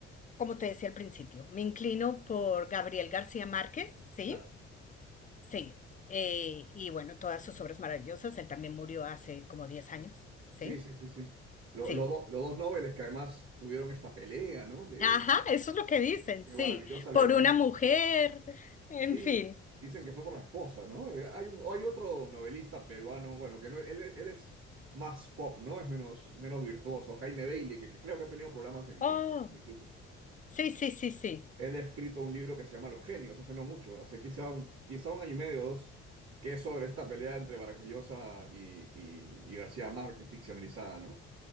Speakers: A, on the left; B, on the right.
A: como te decía al principio, me inclino por Gabriel García Márquez, ¿sí?
B: claro.
A: Sí, eh, y bueno, todas sus obras maravillosas. Él también murió hace como 10 años, ¿sí?
B: Sí, sí, sí, sí. Lo-
A: Sí.
B: lo do- los dos Nobeles que además tuvieron esta pelea, ¿no? Que,
A: Ajá, eso es lo que dicen,
B: que
A: sí.
B: Vargas Llosa le
A: Por
B: dejó
A: una
B: el ojo
A: mujer,
B: morado.
A: en
B: Sí,
A: fin.
B: dicen que fue por la esposa, ¿no? Eh, hay un, hay otro novelista peruano, bueno, que no, él, él es más pop, ¿no? Es menos, menos virtuoso, Jaime Bailey, que, que creo que ha tenido problemas en,
A: Oh,
B: en Colombia incluso.
A: sí, sí, sí, sí.
B: Él ha escrito un libro que se llama Los Genios, hace no mucho, hace quizá un, quizá un año y medio o dos, que es sobre esta pelea entre Vargas Llosa y, y- y García Márquez, ficcionalizada, ¿no?